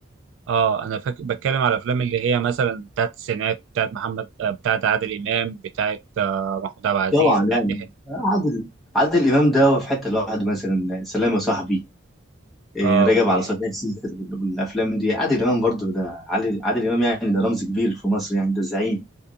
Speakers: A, on the right (about 75°); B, in the centre.
A: اه انا فاك... بتكلم على افلام اللي هي مثلا بتاعت التسعينات بتاعت محمد آه، بتاعت عادل امام بتاعت آه، محمود عبد العزيز
B: طبعا
A: بتاعت
B: يعني
A: يحيى
B: عادل عادل إمام ده هو في حتة لوحده مثلا سلام يا صاحبي إيه،
A: اه
B: راجع
A: اوكي
B: على صحيح سيفر وال- والأفلام دي عادل إمام برضو ده عادل عادل إمام يعني ده رمز كبير في مصر يعني ده زعيم